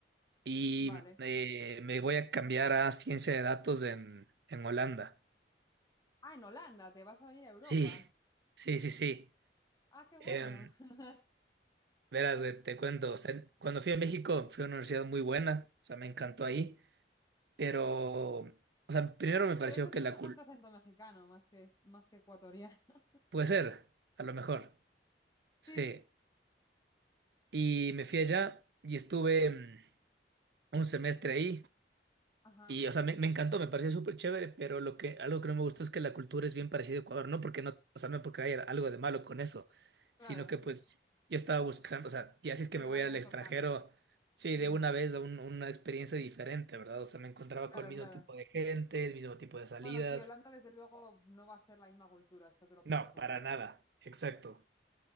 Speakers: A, on the right; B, on the left.
A: Y
B: vale.
A: eh, me voy a cambiar a ciencia de datos en, en Holanda.
B: Ah, en Holanda, te vas a venir a Europa.
A: Sí, sí, sí, sí.
B: Ah, qué bueno.
A: Em,
B: <laughs>
A: verás, eh, te cuento, o sea, cuando fui a México fue una universidad muy buena, o sea, me encantó
B: Sí.
A: ahí. Pero, o sea, primero me pareció
B: Que de hecho tienes
A: que la
B: bastante
A: cul...
B: acento mexicano, más que, más que ecuatoriano. <laughs>
A: Puede ser, a lo mejor.
B: Sí.
A: Sí. Y me fui allá y estuve... em, un semestre ahí
B: Ajá,
A: Y, o sea, me, me encantó, me pareció súper chévere, pero lo que, algo que no me gustó es que la cultura es bien parecida a Ecuador, no porque no, o sea, no porque haya algo de malo con eso,
B: claro.
A: sino que pues yo estaba buscando, o sea, ya si es que
B: Sí,
A: me
B: que
A: voy
B: no había
A: al
B: mucho
A: extranjero,
B: cambio.
A: sí,
B: Ujú,
A: de una vez a un- una experiencia diferente, ¿verdad? O sea, me encontraba
B: Claro,
A: con el mismo
B: claro.
A: tipo de gente, el mismo tipo de salidas.
B: Bueno, sí, Holanda desde luego no va a ser la misma cultura, eso te lo puedo
A: No,
B: asegurar.
A: para nada, exacto.